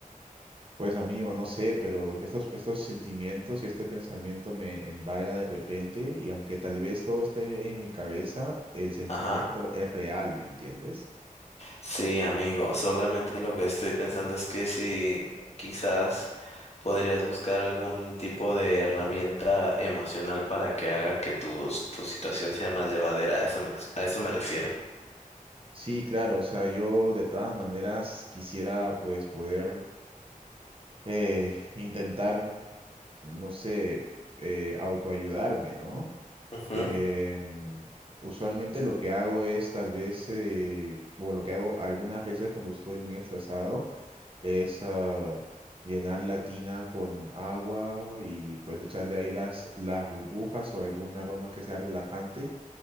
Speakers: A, on the right; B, on the left.
A: Pues amigo, no sé, pero estos, estos sentimientos y este pensamiento me embarga de repente y aunque tal vez todo esté en mi cabeza, el sentimiento
B: Ajá.
A: es real, ¿me entiendes?
B: Sí, amigo, solamente lo que estoy pensando es que si quizás podrías buscar algún tipo de herramienta emocional para que haga que tu, tu situación sea más llevadera, a eso me, ex- a eso me refiero.
A: Sí, claro, o sea, yo de todas maneras quisiera pues poder eh, intentar, no sé, eh, autoayudarme, ¿no?
B: Ujú,
A: Em, usualmente lo que hago es tal vez, eh, o lo que hago algunas veces cuando estoy muy estresado, es ah, llenar la tina con agua y pues echarle ahí las, las burbujas o algún aroma que sea relajante